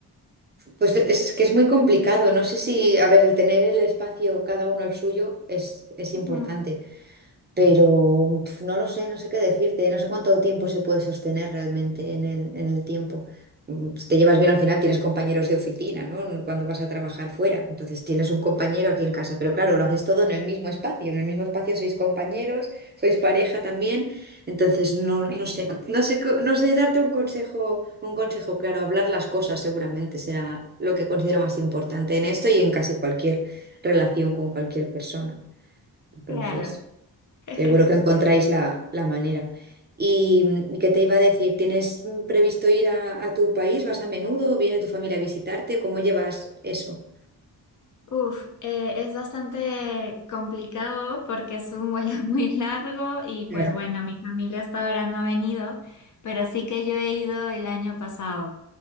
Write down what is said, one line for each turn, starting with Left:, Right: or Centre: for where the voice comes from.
Right: Pues es que es muy complicado. No sé si, a ver, el tener el espacio, cada uno el suyo, es, es importante.
Left: Ujú,
Right: Pero pf, no lo sé, no sé qué decirte, no sé cuánto tiempo se puede sostener realmente en el, en el tiempo. Mm, Si te llevas bien al final, tienes compañeros de oficina, ¿no? Cuando vas a trabajar fuera. Entonces tienes un compañero aquí en casa, pero claro, lo haces todo en el mismo espacio. En el mismo espacio sois compañeros, sois pareja también. Entonces no, no sé, no sé, co- no sé darte un consejo, un consejo claro. Hablar las cosas seguramente será lo que considero más importante en esto y en casi cualquier relación con cualquier persona. Entonces.
Left: Claro. <laughs>
Right: Seguro que encontráis la, la manera. ¿Y mm, qué te iba a decir? ¿Tienes mm, previsto ir a, a tu país? ¿Vas a menudo? ¿Viene tu familia a visitarte? ¿Cómo llevas eso?
Left: Uf, eh, es bastante complicado porque es un vuelo <laughs> muy largo y pues
Right: Claro.
Left: bueno, mi familia hasta ahora no ha venido, pero sí que yo he ido el año pasado.